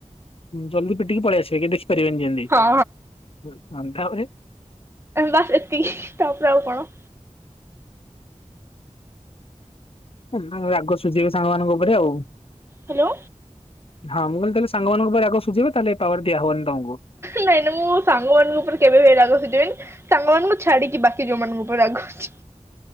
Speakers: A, on the left; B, on the right.
A: ଜଲଦି ପିଟିକି ପଳେଇ ଆସିବେ କେଇ ଦେଖି ପାରିବେନି ଯେମିତି
B: ହଁ
A: ତାପରେ?
B: ବାସ ଏତିକି ତାପରେ ଆଉ କଣ।
A: ତା ରାଗ ସୁଝିବ ସାଙ୍ଗମାନାନଙ୍କ ଉପରେ ଆଉ।
B: ହ୍ୟାଲୋ।
A: ହଁ ମୁଁ କହିଲି ତମେ ସାଙ୍ଗମାନଙ୍କ ଉପରେ ଆଗ ସୁଝିବ ତାହେଲେ ପାୱାର ଦିଆ ହବନି। ତମକୁ।
B: ନାଇ ନାଇ ମୁଁ ସାଙ୍ଗମାନାନଙ୍କ ଉପରେ କେବେବି ଏ ରାଗ ଶୁଝେଇବିନି ସାଙ୍ଗମାନଙ୍କ ଛାଡ଼ିିକି ବାକି ଜୋଉ ମାନଙ୍କ ଉପରେ ଅଛି।